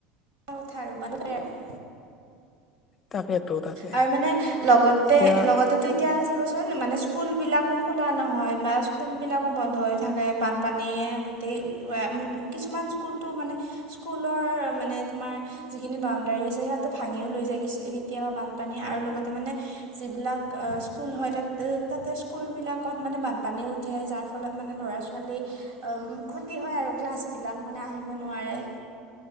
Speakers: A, on the right; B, on the left.
A: কথা আৰু বান পায় আৰু- <unintelligible>
B: তাকেতো। তাকে
A: আৰু মানে লগতে
B: এতিয়া
A: লগতেতো এতিয়া চাবচোন মানে স্কুলবিলাকো খোলা নহয় বা স্কুলবিলাকো বন্ধ হৈ থাকে বানপানীয়ে গোটেই উটোৱাই কিছুমান স্কুলটো মানে স্কুলৰ মানে তোমাৰ যিখিনি বাউণ্ডাৰী আছিলে সেইাতটো ভাঙিও লৈ যায় কেতিয়াবা বান্ধ পানী আৰু লগতে মানে যিবিলাক স্কুল হয় তাতে তাতে স্কুলবিলাকত মানে বানপানীও উঠে যাৰ ফলত মানে ল'ৰা ছোৱালী ক্ষতি হয় আৰু ক্লাছবিলাক মানে আহিব নোৱাৰে